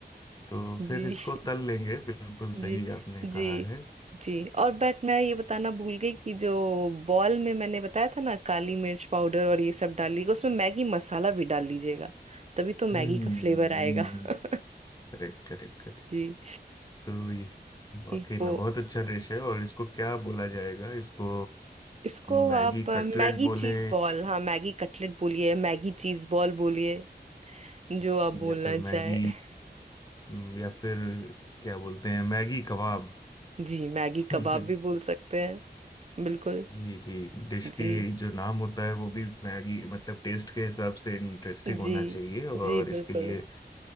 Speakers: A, on the left; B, on the right.
A: तो
B: जी
A: फिर इसको
B: <laughs>
A: तल लेंगे बिल्कुल
B: जी
A: सही आपने
B: जी
A: कहा है
B: जी और बट मैं ये बताना भूल गई कि जो बॉल में मैंने बताया था ना काली मिर्च पाउडर और ये सब डाल लीजिएगा उसमें मैगी मसाला भी डाल लीजिएगा तभी तो मैगी
A: हम्म
B: का फ्लेवर आएगा <laughs>
A: करेक्ट करेक्ट
B: जी
A: तो ये वाकई
B: जी,
A: में
B: वो
A: बहुत अच्छा डिश है और इसको क्या बोला जाएगा इसको
B: इसको
A: मैगी
B: आप अ,
A: कटलेट
B: मैगी
A: बोले
B: चीज बॉल हाँ मैगी कटलेट बोलिए मैगी चीज बॉल बोलिए जो आप बोलना
A: या फिर
B: चाहे
A: मैगी
B: <laughs>
A: हम्म, या फिर क्या बोलते हैं मैगी कबाब
B: जी मैगी
A: <laughs>
B: कबाब भी बोल सकते हैं बिल्कुल
A: जी जी डिश
B: जी
A: की जो नाम होता है वो भी मैगी मतलब टेस्ट के हिसाब से इंटरेस्टिंग
B: जी
A: होना चाहिए और
B: जी
A: इसके
B: बिल्कुल
A: लिए